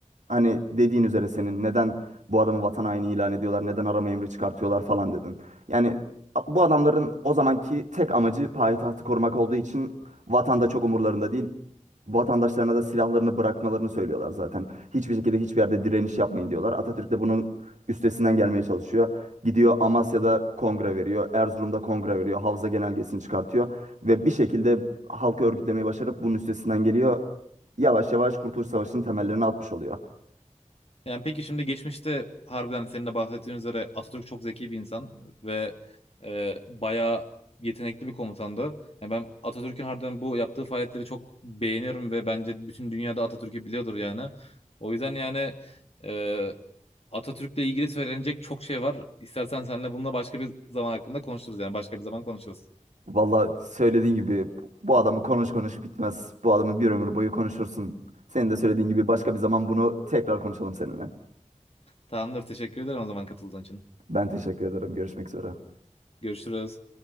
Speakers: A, on the right; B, on the left.
A: Hani dediğin üzere senin neden bu adamı vatan haini ilan ediyorlar, neden arama emri çıkartıyorlar falan dedin. Yani a- bu adamların o zamanki tek amacı payitahtı korumak olduğu için vatanda çok umurlarında değil. Vatandaşlarına da silahlarını bırakmalarını söylüyorlar zaten. Hiçbir şekilde hiçbir yerde direniş yapmayın diyorlar. Atatürk de bunun üstesinden gelmeye çalışıyor. Gidiyor Amasya'da kongre veriyor, Erzurum'da kongre veriyor, Havza Genelgesi'ni çıkartıyor ve bir şekilde halkı örgütlemeyi başarıp bunun üstesinden geliyor yavaş yavaş Kurtuluş Savaşı'nın temellerini atmış oluyor.
B: Yani peki şimdi geçmişte harbiden hani senin de bahsettiğin üzere Atatürk çok zeki bir insan ve e, bayağı yetenekli bir komutandı. Yani ben Atatürk'ün harbiden bu yaptığı faaliyetleri çok beğeniyorum ve bence bütün dünyada Atatürk'ü biliyordur yani. O yüzden yani e, Atatürk'le ilgili söylenecek çok şey var. İstersen seninle bununla başka bir zaman hakkında konuşuruz yani başka bir zaman konuşuruz.
A: Valla söylediğin gibi bu adamı konuş konuş bitmez. Bu adamı bir ömür boyu konuşursun. Senin de söylediğin gibi başka bir zaman bunu tekrar konuşalım seninle.
B: Tamamdır teşekkür ederim o zaman katıldığın için.
A: Ben teşekkür ederim. Görüşmek üzere.
B: Görüşürüz.